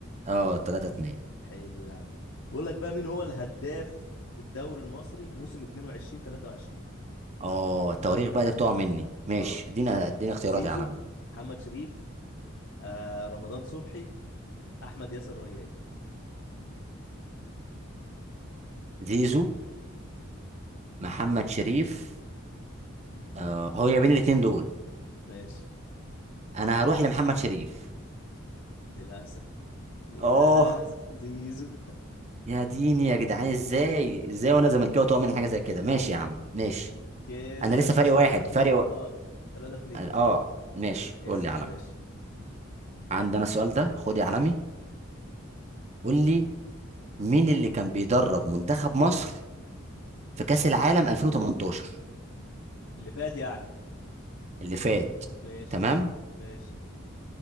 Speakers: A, on the right (about 30°); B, on the left (about 60°).
A: اه تلاتة اتنين
B: حلو يا عم بقول لك بقى مين هو الهداف الدوري المصري موسم 22 23
A: اه التواريخ بقى دي بتقع مني ماشي
B: اه
A: ادينا اديني اختيارات
B: زيزو
A: يا عالم
B: محمد شريف آه رمضان صبحي احمد ياسر ريان
A: زيزو محمد شريف أه هو يا بين الاتنين دول
B: ماشي
A: انا هروح لمحمد شريف
B: للاسف للاسف
A: اه
B: زيزو
A: يا ديني يا جدعان ازاي ازاي وانا زملكاوي تقع من حاجه زي كده ماشي يا عم ماشي
B: كده
A: انا لسه
B: لسه
A: فارق واحد
B: 3 2
A: فارق و...
B: اه 3 2
A: اه ماشي
B: اسال
A: قول لي علمي
B: يا باشا
A: عندنا السؤال ده خد
B: اه
A: يا علمي قول لي مين اللي كان بيدرب منتخب مصر في كاس العالم 2018
B: اللي فات يعني
A: اللي فات
B: ماشي
A: تمام
B: ماشي